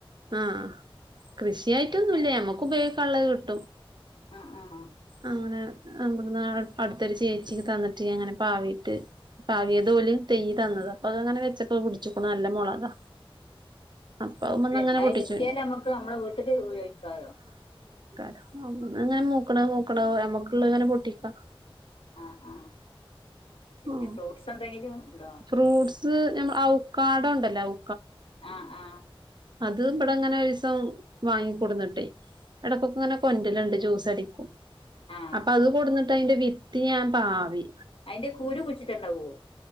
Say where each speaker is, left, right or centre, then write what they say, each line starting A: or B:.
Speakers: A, on the right; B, on the left.
A: ആഹ് കൃഷിയായിട്ടൊന്നുല്ല
B: പിന്നെ
A: നമ്മക്ക് ഉപയോയിക്ക ള്ളഹ് കിട്ടും
B: ആഹ് ആഹ്
A: അങ്ങ <unintelligible> അടുത്തൊരു ചേച്ചിക് തന്നിട്ട് റ്റി അങ്ങനെ പാവിട്ട് പാവിയത് ഓല് തെയ്യ് തന്നത അപ്പൊ അഹ് അങ്ങനെ വെച്ചപ്പോ അഹ് പിടിച്ചിക്കുണു അല്ല മുളകാ അപ്പൊ അത്മ്മന്ന്
B: ല്ലെ
A: അങ്ങനെ
B: ണ്ടായി
A: പൊട്ടിച്ചു
B: കിട്ടിയാല് അമ്മക്ക് നമ്മളെ വീട്ടില് ഉപയോഗിക്കലൊ
A: ആ അങ്ങനെ മൂക്ണെ മൂക്ണെ മ്മക്ക്‌ള്ളഹ് ങ്ങനെ പൊട്ടിക്ക
B: അ ആഹ് പിന്നെ
A: ഓ
B: ഫ്രൂട്ട്സ് എന്തെങ്കിലും ഉണ്ടോ
A: ഫ്രൂട്ട്സ് ഞമ് ഔ കാട ഉണ്ടല്ല ഔ
B: ആ ആ
A: അത് ഇബടെ ങ്ങനെ ഒരീസം വാങ്ങിക്കൂട്ന്നിട്ടെ ഇടക്കൊക്കെ ങ്ങനെ കൊന്റല്ണ്ട് ജൂസ് സടിക്കും
B: ആഹ്
A: അപ്പൊ അത് കൊടുന്നിട്ട് ട്ട് അയിന്റെ വിത്തി ഞാൻ പാവി
B: അയിന്റെ കൂര് കുയിച്ചിട്ടണ്ടാവോ